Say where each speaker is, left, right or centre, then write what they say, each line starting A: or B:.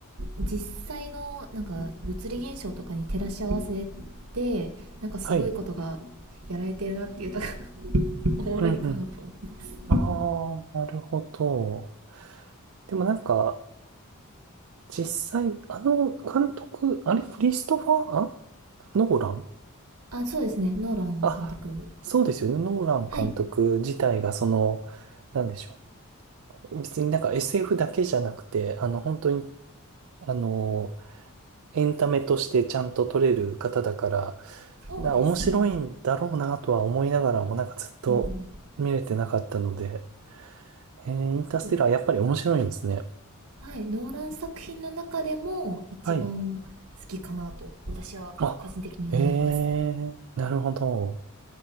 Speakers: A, on the right; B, on the right.
A: 実際のなんか物理現象とかに照らし合わせてなんかすごいことが
B: はい。
A: やられてるなっていうところが <laughs> おもろいかなと思います
B: うん、うん。ああ、なるほど。でもなんか、実際、あの監督、あれ、クリストファー、あノーラン
A: あそうですねノーラン監督
B: あ、そうですよね。ノーラン監督自体が、
A: はい、
B: その、なんでしょう。別になんか SF だけじゃなくて、あの、本当に、あの、エンタメとしてちゃんと撮れる方だから、
A: そうですね。
B: だ面白いんだろうなとは思いながらも、なんかずっと見れてなかったので、
A: うん、
B: えー、インターステラーやっぱり面白いんですね。
A: そうです。はい、ノーラン作品の中でも一番好きかなと私は個人的に思います。
B: はい。あ、ええー、なるほど。